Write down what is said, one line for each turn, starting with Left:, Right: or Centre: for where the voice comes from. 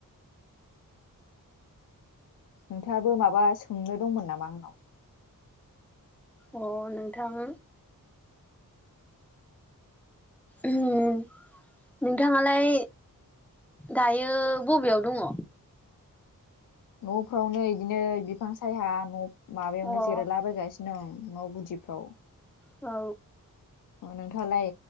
Left: नोंथाङाबो माबा सोंनो दंमोन नामा आंनाव?
Centre: अ नोंथां उम नोंथाङालाय दायो बबेयाव दङ?
Left: न'फ्रावनो इदिनो बिफां सायहा न' माबायावनो
Centre: औ
Left: जिरायलाबायगासिनो। नों न' गुदिफ्राव।
Centre: औ
Left: अ नोंथाङालाय